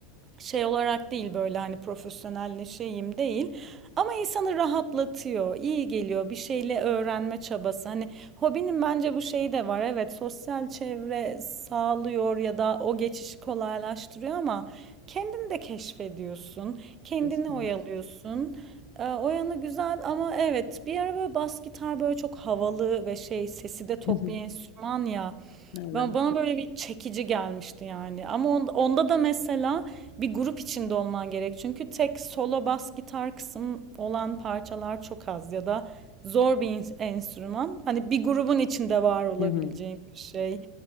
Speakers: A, on the right; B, on the left.
A: şey olarak değil böyle hani profesyonelleşeyim değil. Ama insanı rahatlatıyor, iyi geliyor bir şeyle öğrenme çabası. Hani hobinin bence bu şeyi de var. Evet, sosyal çevre sağlıyor ya da o geçişi kolaylaştırıyor ama kendini de keşfediyorsun, kendini
B: Kesinlikle.
A: oyalıyorsun. Ee, O yanı güzel ama evet bir ara böyle bas gitar böyle çok havalı ve şey sesi de tok
B: <laughs> Hı hı,
A: bir enstrüman ya.
B: Evet.
A: Ben, bana böyle bir çekici gelmişti yani. Ama on- onda da mesela bir grup içinde olman gerek. Çünkü tek solo bas gitar kısım olan parçalar çok az ya da zor bir enstrüman. Hani bir grubun içinde var olabileceğin
B: Hı hı,
A: bir şey.